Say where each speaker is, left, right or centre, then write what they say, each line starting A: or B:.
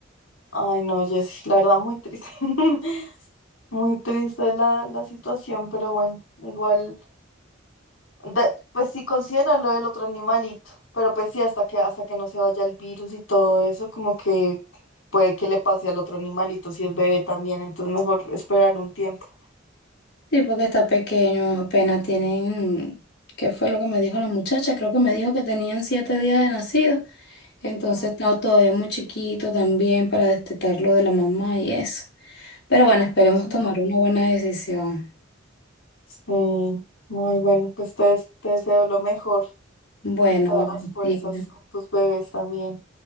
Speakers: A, on the left; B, on the left.
A: Ay, no, Jessy, la verdad, muy triste. <laughs> Muy triste la, la situación, pero bueno, igual, de- pues sí, considera lo del otro animalito, pero pues sí, hasta que, hasta que no se vaya el virus y todo eso, como que puede que le pase al otro animalito si es bebé también, entonces mejor esperar un tiempo.
B: Sí, porque está pequeño, apenas tienen, ¿qué fue lo que me dijo la muchacha? Creo que me dijo que tenían siete días de nacido, entonces
A: Ay,
B: está todavía muy chiquito también para destetarlo de la mamá y eso. Pero bueno, esperemos
A: no.
B: tomar una buena decisión.
A: Sí, muy bueno, pues te, des- te deseo lo mejor
B: Bueno,
A: y todas
B: Valentina.
A: las fuerzas con tus bebés también.